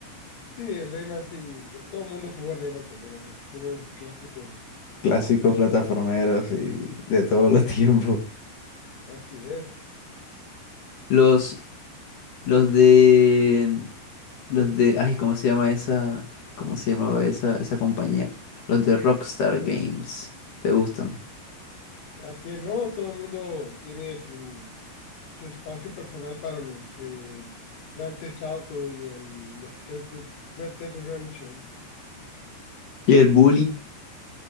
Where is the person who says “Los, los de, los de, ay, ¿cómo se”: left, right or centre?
Left